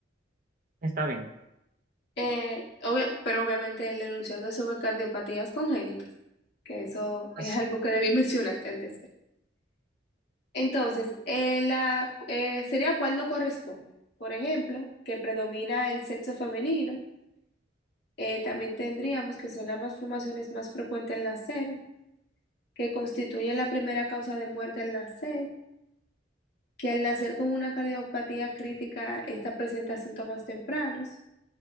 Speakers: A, on the right (about 50°); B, on the left (about 60°).
A: Está bien.
B: Eh, obvia- pero obviamente el enunciado es sobre cardiopatías congénitas, que eso es
A: Así.
B: algo que debí <laughs> mencionarte antes. Entonces, eh, la, eh, sería cuál no corresponde. Por ejemplo, que predomina el sexo femenino. Eh, también tendríamos que son las malformaciones más frecuentes al nacer, que constituyen la primera causa de muerte al nacer, que al nacer con una cardiopatía crítica, esta presenta síntomas tempranos